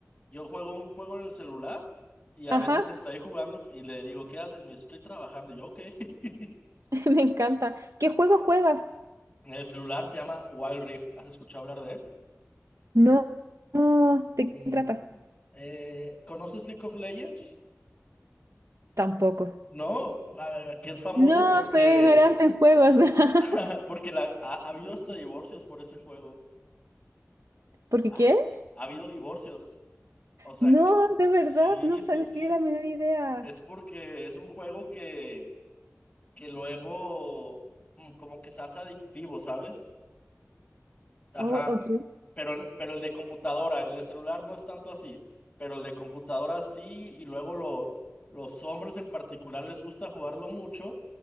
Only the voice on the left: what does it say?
yo juego un juego en el celular y a
veces está ahí jugando y le digo, ¿qué haces? Me dice, estoy trabajando. Y yo, ok. <laughs>
El celular se llama Wild Rift. ¿Has escuchado hablar de él?
Mm.
Eh, ¿conoces League of Legends?
No, ah, que es famoso
porque
<laughs>
Porque la, ha, ha habido hasta divorcios por ese juego.
Ha,
ha habido divorcios. O sea,
que-
sí,
sí, sí.
Es porque es un juego que, que luego mm, como que se hace adictivo, ¿sabes? Ajá.
Pero, el- pero el de computadora, el de celular no es tanto así. Pero el de computadora sí, y luego lo, los hombres en particular les gusta jugarlo mucho